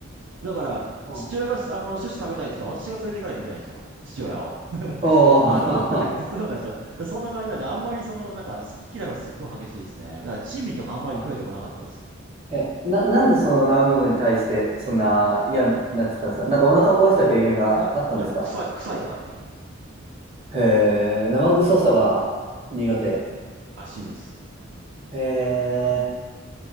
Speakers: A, on the right (about 60°); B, on the right (about 30°).
A: だから、
B: うん
A: 父親が、あの、寿司食べたいって言ったら、私が連れていかないといけないんですよ。父親を。<laughs>
B: おー、
A: あの、<laughs> だいそうなんですよ。そんな感じなんで、あんまりその、なんか、好き嫌いはすっごい激しいですね。だから、珍味とかあんまり食べてこなかったです。
B: <laughs> え、な、なんでその食べ物に対してそんな嫌になっちゃったんですかなんかお腹壊した経験があったんですか
A: いや、いや、臭い、臭いからって言ってます。
B: へえ、生臭さが苦手。
A: らしいです。
B: へえ、